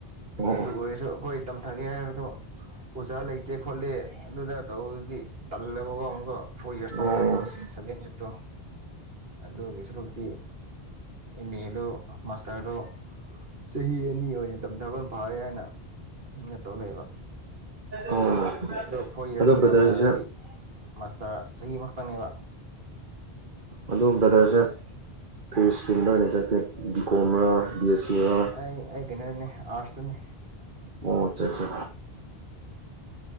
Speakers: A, on the right; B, on the right.
A: ꯑꯣ
B: ꯑꯗꯨ ꯑꯣꯏꯔꯁꯨ ꯑꯩꯈꯣꯏ ꯇꯝꯊꯒꯦ ꯍꯥꯏꯕꯗꯨ ꯑꯣꯖꯥ ꯂꯩꯇꯦ ꯈꯣꯠꯂꯦ ꯑꯗꯨꯗ ꯇꯧꯕꯗꯤ ꯇꯜꯂꯕꯀꯣ ꯑꯃꯨꯛꯀ ꯐꯣꯔ
A: ꯑꯣ
B: ꯌꯔꯁ ꯇꯝꯊꯕꯗꯣ
A: ꯎꯝ
B: ꯁꯕꯦꯟ ꯑꯩꯠꯇꯣ ꯑꯗꯨꯗ ꯌꯦꯁꯠꯇꯤ ꯑꯦꯝ ꯑꯦ ꯑꯦꯗꯣ ꯃꯥꯥꯁꯇꯔꯗꯣ ꯆꯍꯤꯦꯍꯤ ꯑ ꯃꯤꯅꯤ ꯑꯣꯏꯅ ꯇꯝꯊꯐꯝ ꯐꯥꯔꯦ ꯍꯥꯏꯅꯒ ꯇꯧ ꯂꯩꯕ
A: ꯑꯣ
B: ꯑꯗꯣ ꯐꯣꯔ ꯌꯔꯁꯇ
A: ꯑꯗꯣ ꯕ꯭ꯔꯗꯔꯁꯦ
B: ꯇꯝꯊꯔꯗꯤ ꯃꯥꯁꯇꯔ ꯆꯍꯤ ꯈꯛꯇꯪꯅꯦꯕ
A: ꯑꯗꯨ ꯕ꯭ꯔꯗꯔꯁꯦ ꯐ꯭ꯔꯤ ꯏꯁꯀ꯭ꯔꯤꯟꯗ ꯑꯣꯏꯅ ꯆꯠꯀꯦ ꯕꯤ ꯀꯣꯝꯔꯥ ꯕꯤ ꯑꯦꯁ ꯁꯤꯔ
B: ꯑꯩ ꯑꯩ ꯀꯩꯅꯣꯗꯅꯤ ꯑꯥꯔꯠꯁꯇꯅꯤ
A: ꯑꯣꯆꯥꯆꯥ